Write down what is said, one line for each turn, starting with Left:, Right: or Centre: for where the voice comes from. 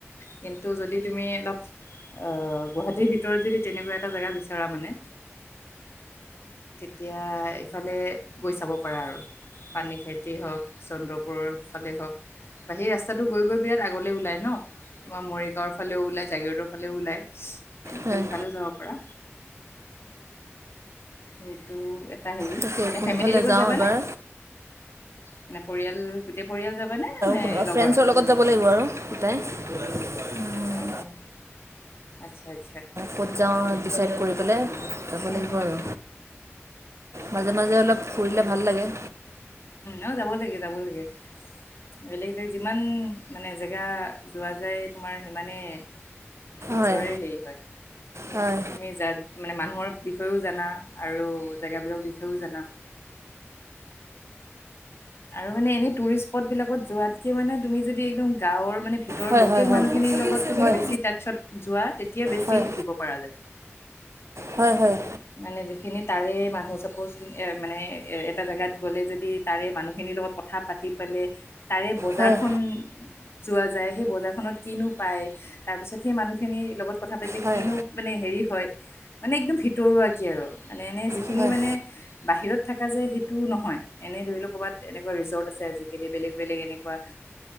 Left: কিন্ত। ত যদি তুমি অলপ আহ, গুৱাহাটীৰ ভিতৰত যদি তেনেকুৱা এটা জোগা বিচৰা মানে, তেতিয়া ইফালে গৈ চাব পাৰা আৰু পানী খাইততি হওক চন্দ্ৰপুৰৰ ফালে হওক বা সেই ৰাস্তাটো গৈ গৈ বিৰাট আগলে ওলাই ন। তোমাৰ মৰি। ওলাই জাগিৰদৰ ফালে ওলায়। তেনেকে
Right: হয়
Left: সিফালেও যাব পাৰা। সেইটো হেৰি
Right: তাকে
Left: মানে
Right: কোনফালে
Left: ফেমিলিৰ লগত
Right: যাওঁ
Left: যাবানে?
Right: এবাৰ
Left: মানে পৰিয়াল গোটেই পৰিয়াল যাবানে? নে
Right: কোনবা
Left: লগৰ
Right: ফ্ৰেণ্ডছৰ লগত যাব লাগিব আৰু তটাই‍ উম
Left: অহ আচ্ছা আচ্ছ।
Right: ক'ত যাওঁ ডিচাইড কৰি পেলাই। যাব
Left: হুম
Right: লাগিব
Left: হুম
Right: আৰু মাজে মাজে অলপ ফুৰিলে ভাল লাগে।
Left: অ যাব লাগে যাব লাগে বেলেগ জেগাত যিমান মানে জেগা যোৱা যায় তোমাৰ সিমানেই নিজৰে
Right: হয়
Left: হেৰি হয়
Right: হয়
Left: তুমি যাত মানে মানুহৰ। বিষয়েও জানা আৰু জেগাবিলাকৰ বিষয়েও জানা। আৰু মানে এনেই তুৰিষ্ট স্পত বিলাকত যোৱাতকে মানে তুমি যদি একদম গাঁৱৰ মানে। ভিতৰ
Right: হয়
Left: লোকেল
Right: হয় হয়
Left: মানুহখিনিৰ লগত তুমি
Right: হয়
Left: বেছি টাটছত যোৱা। এতিয়া বেছি
Right: হয়
Left: শিকিব পৰা যায়।
Right: হয় হয়
Left: মানে যিখিনি তাৰে মানুহ চাপ'জ এ মানে এ এটা জেগাত গ'লে যদি। তাৰে মানুহখিনিৰ লগত কথা পাতি পেলাই তাৰে বজাৰখন
Right: হয়
Left: যোৱা যায় সেই বজাৰখনত কিনো পায় তাৰপিছত সেই মানুহখিনিৰ লগত। কথা পাতিলে
Right: হয়
Left: কিনো মানে হেৰি। হয় মানে একদম ভি। ভিতৰুৱাকে আৰু মানে এনে যিখিনি
Right: হয়
Left: মানে বাহিৰত থাকে। থকা যে সেইটো নহয় এনেই ধৰি লওক ক'ৰবাত এনেকুৱা ৰিজৰ্ট আছে আজিকালি বেলেগ বেলেগ এনেকুৱা